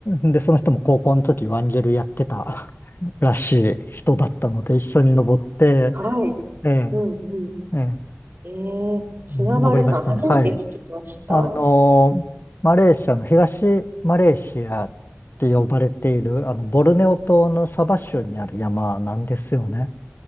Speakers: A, on the left; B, on the right.
A: え、で、その人も高校の時ワンゲルやってたらしい人だったので、一緒に登って、
B: はい。
A: ええ、
B: うんうん。
A: ええ、
B: えー、キナバルさん、
A: うん登りましたね。
B: 初めて聞きました。
A: はい。あの、マレーシアの東マレーシアって呼ばれている、あの、ボルネオ島のサバ州にある山なんですよね。